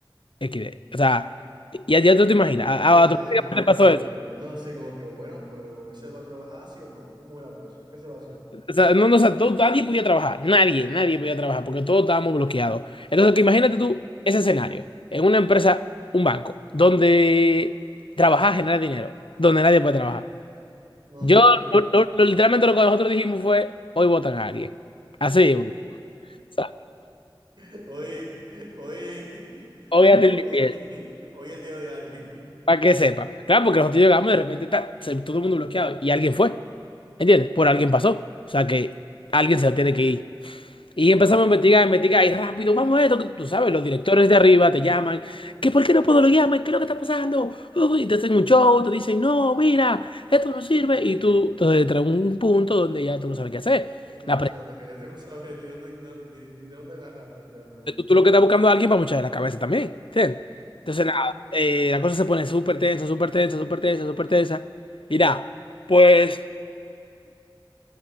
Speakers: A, on the left; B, on the right.
A: XD. O sea, ya, ya tú te imaginas, a,
B: No,
A: a-
B: sí,
A: automáticamente
B: eh, como
A: pasó
B: que,
A: eso.
B: no, sí, como que, bueno, pero hoy se va a trabajar, sí o no, ¿cómo es la cosa? ¿Qué se va a hacer?
A: O sea, no, no, o sea, todo- nadie podía trabajar, nadie, nadie podía trabajar porque todos estábamos bloqueados. Entonces, que imagínate tú ese escenario, en una empresa, un banco, donde trabajar genera dinero, donde nadie puede trabajar.
B: No,
A: Yo,
B: sí,
A: lo- lo- lo- literalmente lo que nosotros dijimos fue, hoy votan a alguien. Así, mismo. o sea,
B: <laughs> hoy, hoy, <laughs>
A: hoy hacen
B: hoy,
A: limpieza.
B: <laughs> hoy es el día de alguien.
A: Para que sepa. Claro, porque nosotros llegamos y de repente ta, se- todo el mundo bloqueado y alguien fue. ¿Entiendes? Por alguien pasó. O sea que alguien se tiene que ir. Y empezamos a investigar, investigar y rápido, vamos a esto. que Tú sabes, los directores de arriba te llaman. ¿Que por qué no puedo loguearme? ¿Qué es lo que está pasando? Uy, y te hacen un show, te dicen, no, mira, esto no sirve. Y tú, entonces, entra un punto donde ya tú no sabes qué hacer.
B: No,
A: La
B: exacto,
A: presión
B: que ya tú no sabes ni dónde, ni de dónde agarrarte, literalmente.
A: tú lo que estás buscando a alguien para mucha la cabeza también. ¿entiendes? Entonces, nada, eh, la cosa se pone súper tensa, súper tensa, súper tensa, súper tensa. Y nada, pues,